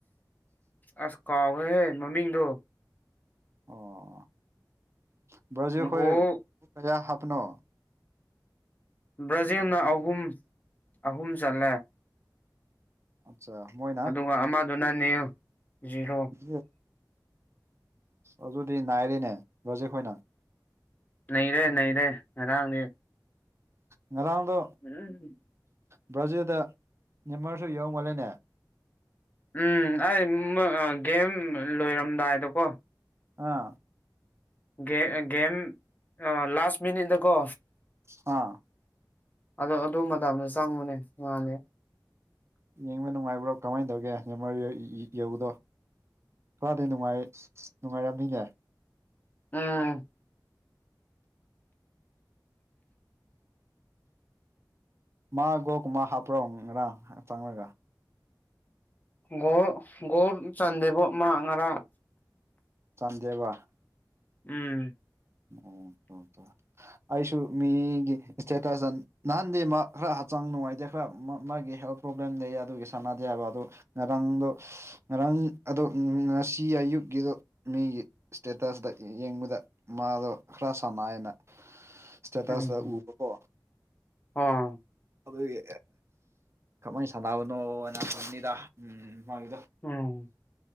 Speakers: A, on the left (about 20°); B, on the right (about 35°).
A: ꯑꯁ ꯀꯥꯎꯒꯔꯦꯍꯦ ꯃꯃꯤꯡꯗꯣ꯫
B: ꯑꯣ ꯕ꯭ꯔꯥꯖꯤꯜ ꯈꯣꯏ
A: ꯒꯣꯜ
B: ꯀꯌꯥ ꯍꯥꯞꯄꯅꯣ꯫
A: ꯕ꯭ꯔꯥꯖꯤꯜꯅ ꯑꯍꯨꯝ ꯑꯍꯨꯝ ꯆꯜꯂꯦ꯫
B: ꯑꯠꯆꯥ ꯃꯣꯏ
A: ꯑꯗꯨꯒ ꯑꯃꯗꯨꯅ ꯅꯤꯜ ꯖꯤꯔꯣ꯫
B: <unintelligible> ꯑꯗꯨꯗꯤ ꯅꯥꯏꯔꯦꯅꯦ ꯕꯔ꯭ꯥꯖꯤꯜ ꯈꯣꯏꯅ꯫
A: ꯅꯩꯔꯦ ꯅꯩꯔꯦ ꯉꯔꯥꯡꯗꯤ꯫
B: ꯉꯔꯥꯡꯗꯣ
A: ꯎꯝ꯫
B: ꯕ꯭ꯔꯥꯖꯤꯜꯗ ꯅꯦꯃꯥꯔꯖꯨ ꯌꯥꯎꯃꯥꯜꯂꯦꯅꯦ꯫
A: ꯎꯝ ꯑꯩ ꯎꯝ ꯒꯦꯝ ꯂꯣꯏꯔꯝꯗꯥꯏꯗꯀꯣ꯫
B: ꯑꯥ
A: ꯒꯦ ꯒꯦꯝ ꯑ ꯂꯥꯁ ꯃꯤꯅꯤꯠꯗꯀꯣ
B: ꯑꯥ
A: ꯑꯗꯣ ꯑꯗꯨ ꯃꯇꯝꯗ ꯆꯪꯕꯅꯦ ꯃꯥꯅꯦ
B: ꯌꯦꯡꯕ ꯅꯨꯡꯉꯥꯏꯕ꯭ꯔꯣ ꯀꯃꯥꯏꯅ ꯇꯧꯒꯦ <inaudible> ꯃꯥꯗꯩ ꯅꯨꯡꯉꯥꯏ ꯅꯨꯡꯉꯥꯏꯔꯝꯃꯤꯅꯦ
A: ꯎꯝ
B: ꯃꯥ ꯒꯣꯀꯨꯝꯃ ꯍꯥꯞꯄ꯭ꯔꯣ ꯉꯔꯥꯡ ꯆꯪꯉꯒ
A: ꯒꯣꯜ ꯒ‌ꯣꯜ ꯆꯥꯟꯗꯦꯕꯨ ꯃꯥ ꯉꯔꯥꯡ
B: ꯆꯥꯟꯗꯦꯕ
A: ꯎꯝ
B: ꯑꯣ ꯇꯣ ꯇꯣ ꯑꯩꯁꯨ ꯃꯤꯒꯤ ꯏꯁꯇꯦꯇꯁꯇ ꯅꯍꯥꯟꯗꯤ ꯃꯥ ꯈꯔ ꯍꯛꯆꯥꯡ ꯅꯨꯡꯉꯥꯏꯇꯦ ꯈꯔ ꯃꯥꯒꯤ ꯍꯦꯜꯞ ꯄ꯭ꯔꯣꯕ꯭ꯂꯦꯝ ꯂꯩ ꯑꯗꯨꯒꯤ ꯁꯥꯟꯅꯗꯦ ꯍꯥꯏꯕ ꯑꯗꯣ ꯉꯔꯥꯡꯗꯣ ꯉꯔꯥꯡ ꯑꯗꯣ ꯉꯁꯤ ꯑꯌꯨꯛꯀꯤꯗꯣ ꯃꯤꯒꯤ ꯏꯁꯇꯦꯇꯁꯇ ꯌꯦꯡꯕꯗ ꯃꯥꯗꯣ ꯈꯔ ꯁꯥꯟꯅꯥꯏꯅ ꯏꯁꯇꯦꯇꯁꯇ
A: ꯎꯝ
B: ꯎꯕꯀꯣ
A: ꯑꯣ
B: ꯑꯗꯨꯒꯤ ꯀꯃꯥꯏꯅ ꯁꯥꯟꯅꯕꯅꯣꯅ ꯈꯪꯅꯤꯗ ꯎꯝ ꯃꯥꯒꯤꯗ
A: ꯎꯝ